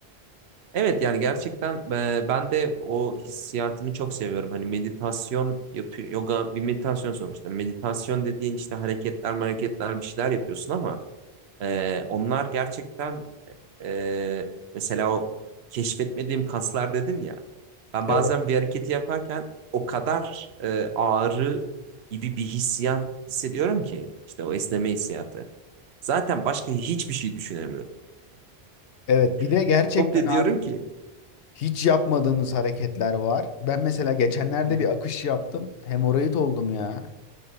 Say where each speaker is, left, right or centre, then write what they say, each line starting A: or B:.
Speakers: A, on the right; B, on the left.
A: Evet yani gerçekten e, ben de o hissiyatını çok seviyorum. Hani meditasyon yapıyor, yoga bir meditasyon sonuçta. Meditasyon dediğin işte hareketler, hareketler bir şeyler yapıyorsun ama e, onlar gerçekten Ee, mesela o keşfetmediğim kaslar dedin ya. Ben
B: Evet.
A: bazen bir hareketi yaparken o kadar e, ağrı gibi bir hissiyat hissediyorum ki işte o esneme hissiyatı. Zaten başka hiçbir şey düşünemiyorum.
B: Evet bir de
A: <laughs>
B: gerçekten
A: Komple
B: abi
A: diyorum ki
B: hiç yapmadığımız hareketler var. Ben mesela geçenlerde
A: <laughs>
B: bir akış yaptım. Hemoroid oldum ya.